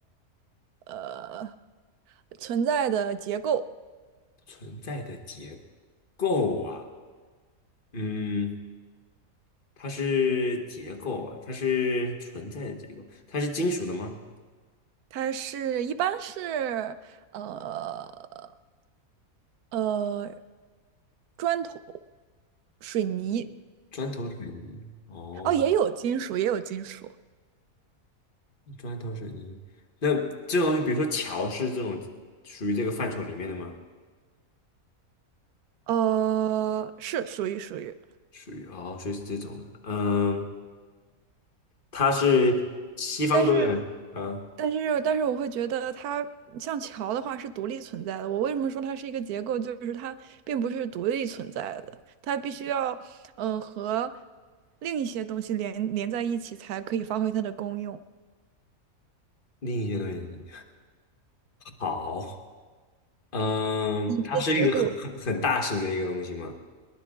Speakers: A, on the right; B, on the left.
A: 呃存在的结构，
B: 存在的结构啊，嗯，它是结构啊，它是存在的结构，它是金属的吗？
A: 它是一般是呃呃砖头、水泥，
B: 砖头水泥，哦，
A: 哦，也有金属，也有金属，
B: 砖头水泥。那这种东西，比如说桥，是这种属于这个范畴里面的吗？
A: 呃，是属于属于。
B: 属于哦，所以是这种的，嗯，它是西方多一点，
A: 但是，
B: 嗯，
A: 但是，但是，我会觉得它像桥的话是独立存在的。我为什么说它是一个结构？就是它并不是独立存在的，它必须要嗯，呃，和另一些东西连连在一起，才可以发挥它的功用。
B: 另一些东西，好，嗯，
A: 一些结构，
B: 它是一个很很很大型的一个东西嘛？